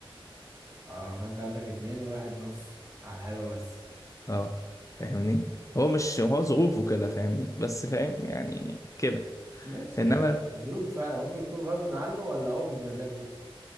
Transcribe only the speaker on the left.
اه فاهمني هو مش هو ظروفه كده فاهمني بس فاهم يعني كده
انما